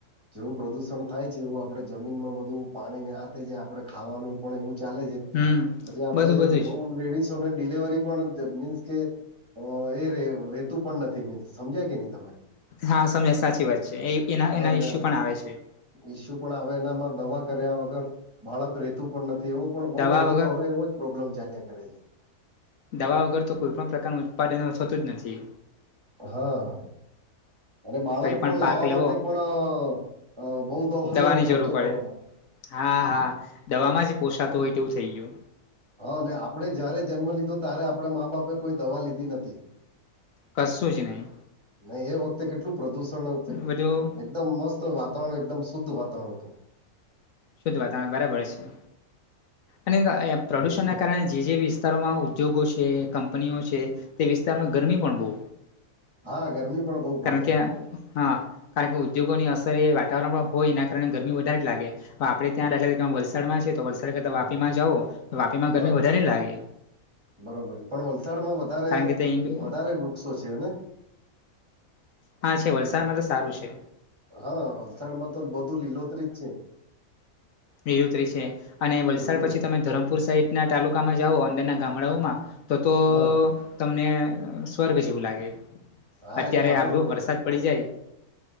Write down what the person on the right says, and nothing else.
જેવું પ્રદુષણ થાય છે એવું આપડે જમીનમાં બધું પાણીને આ જે આપણે ખાવાનું પણ એવું ચાલે છે
પછી આપડે
બઉ લેડીસોને ડિલેવરી મીન્સ કે એ રેતું પણ નથી મીન્સ સમજ્યા કે નહી તમે.
હા
ને
ઈસ્યુ પણ આવે એનામાં દવા કર્યા વગર બાળક રેતું પણ નથી એવો પણ બહુ
હવે
તો હવે એવો જ પ્રોબ્લેમ ચાલ્યા કરે છે.
હાં. અને બાળક
પણ
લાવવા
માટે પણ બઉ દવાનો
ખર્ચો
કરવો પડે.
હા ને આપડે જયારે જન્મ લીધો ત્યારે આપણે મા બાપે કોઈ દવા લીધી નથી.
નહી એ વખતે કેટલું પ્રદુષણ છે.
એકદમ મસ્ત વાતાવરણ એકદમ શુદ્ધ વાતાવરણ હતું.
હા ગરમી પણ બહુ પડે
છે.
હા
બરોબર છે પણ વલસાડમાં વધારે
વધારે વૃક્ષો છેને!
હા વલસાડ માં તો બધું લીલોતરીત છે.
હમ
હા
હા
એ માહલુ